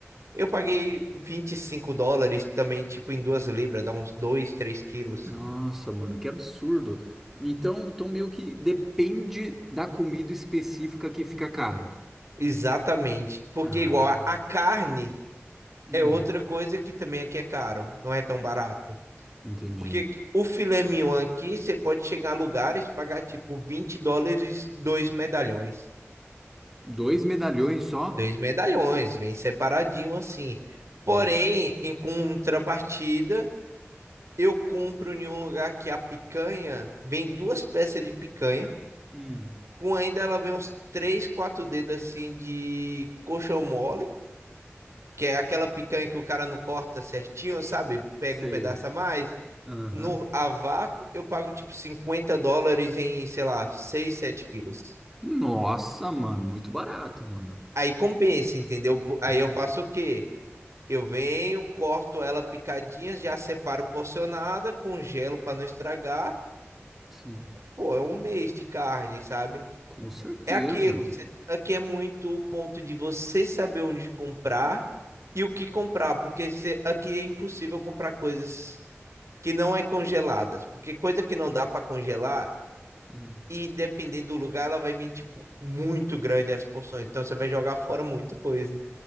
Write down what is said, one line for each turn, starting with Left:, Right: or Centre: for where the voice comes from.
Right: Eu paguei 25 dólares também, tipo, em duas libras, dá uns 2, 3 quilos.
Centre: Nossa, mano, que absurdo. Então, então meio que depende da comida específica que fica caro.
Right: Exatamente. Porque
Centre: Ah,
Right: igual a, a carne
Centre: hum,
Right: é outra coisa que também aqui é caro, não é tão barato.
Centre: entendi.
Right: Porque o filé mignon aqui, você pode chegar a lugares e pagar tipo 20 dólares, dois medalhões.
Centre: Dois medalhões só?
Right: Dois medalhões, vem separadinho assim. Porém,
Centre: Hum,
Right: em contrapartida, eu compro em um lugar que a picanha vem duas peças de picanha
Centre: hum,
Right: com ainda ela vem uns três, quatro dedos assim de coxão mole, que é aquela picanha que o cara não corta certinho, sabe? Pega
Centre: sei.
Right: um pedaço a mais.
Centre: Aham.
Right: No, a vácuo, eu pago tipo 50 dólares em, sei lá, 6 7 quilos.
Centre: Nossa, mano, muito barato, mano.
Right: Aí compensa, entendeu? Po- Aí
Centre: Uhum,
Right: eu faço o quê? Eu venho, corto ela picadinha, já separo porcionada, congelo para não estragar.
Centre: Sim,
Right: Pô, é um mês de carne, sabe?
Centre: com certeza.
Right: é aquilo. Você, aqui é muito o ponto de você saber onde comprar e o que comprar, porque você, aqui é impossível comprar coisas que não é congeladas, porque coisa que não dá para congelar
Centre: Hum,
Right: e dependendo do lugar ela vai vir tipo muito grande as porções, então você vai jogar fora muita coisa.